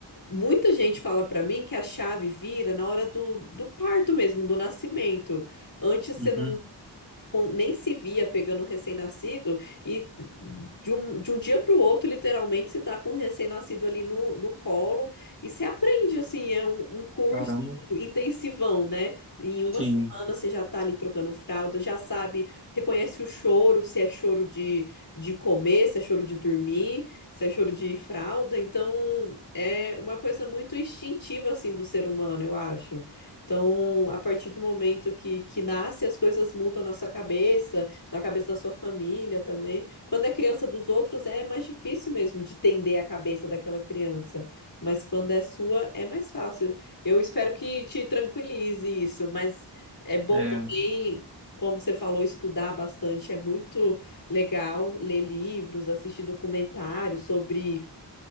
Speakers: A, on the left; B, on the right.
A: Muita gente fala para mim que a chave vira na hora do, do parto mesmo, do nascimento. Antes você
B: Uhum.
A: não, com- nem se via pegando um recém-nascido e de um, de um dia para o outro, literalmente, você tá com um recém-nascido ali no, no colo e você aprende, assim, é um, um curso
B: Caramba.
A: intensivão, né? Em uma
B: Sim.
A: semana você já tá ali trocando fralda, já sabe, reconhece o choro, se é choro de, de comer, se é choro de dormir, se é choro de fralda. Então, é uma coisa muito instintiva, assim, do ser humano, eu acho. Então, a partir do momento que, que nasce, as coisas mudam na sua cabeça, na cabeça da sua família também. Quando é criança dos outros, é mais difícil mesmo de entender a cabeça daquela criança. Mas quando é sua, é mais fácil. Eu espero que te tranquilize isso, mas é bom
B: é.
A: também, como você falou, estudar bastante. É muito legal ler livros, assistir documentários sobre